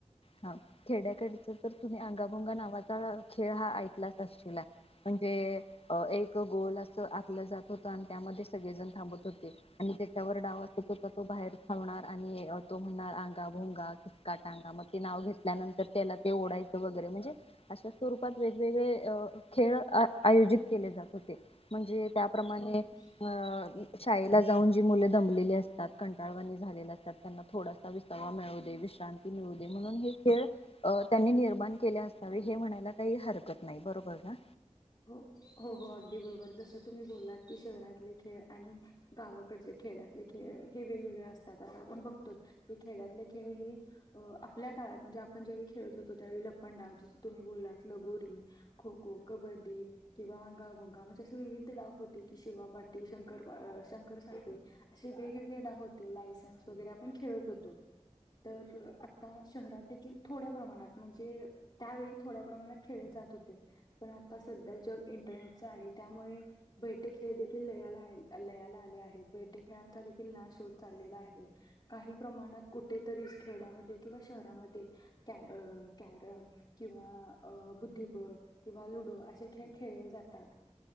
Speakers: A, on the left; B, on the left.
A: हा खेड्याकड तर तुम्ही अंगाभोंगा नावाचा खेळ हा ऐकलाच अशीला. म्हणजे अ एक गोल अस आखला जात होता. आणि त्यामध्ये सगळेजण थांबत होते. आणि त्याच्यावर डाव असतो तर तो बाहेर थांबणार आणि तो म्हणणार अंगा भोंगा किसका टांगा. मग ते नाव घेतल्यानंतर त्याला ते ओढायचं वगैरे म्हणजे अशा स्वरूपात वेगवेगळे अ खेळ आयोजित केले जात होते, म्हणजे त्याप्रमाणे
B: ओके.
A: अं शाळेला जाऊन जी मुले दमलेली असतात, कंटाळवणी झालेली असतात, त्यांना थोडासा विसावा मिळू दे विश्रांत ती मिळू दे, म्हणून हे खेळ अ त्यांनी निर्माण केले असावे, हे म्हणायला काही हरकत नाही. बरोबर ना?
B: हो, हो, हो. अगदी बरोबर. जसं तुम्ही बोललात की शहरातले खेळ आणि गावाकडचे खेड्यातले खेळ, हे वेगवेगळे असतात. आता आपण बघतो हे खेड्यातले खेळ हे अ आपल्या काळात म्हणजे, आपण ज्यावेळी खेळत होतो त्यावेळी लपंडाव, जसं तुम्ही बोललात लगोरी खो-खो, कबड्डी किंवा अंगाभोंगा. म्हणजे असे विविध डाव होते की, शिवापाटी, शंकर शंकरसाखळी असे वेगवेगळे डाव होते. लायसन्स वगैरे आपण खेळत होतो. तर आता शहरात देखील थोड्या प्रमाणात म्हणजे त्यावेळी थोड्या प्रमाणात खेळले जात होते. पण आता सध्या जग इंटरनेटचं आहे. त्यामुळे बैठे खेळ देखील लयाला लयाला आले आहेत. बैठे खेळांचा देखील नाश होत चाललेला आहे. काही प्रमाणात, कुठेतरी खेड्यामध्ये किंवा शहरामध्ये कॅरम किंवा अ बुद्धिबळ किंवा लुडो असे खेळ खेळले जातात.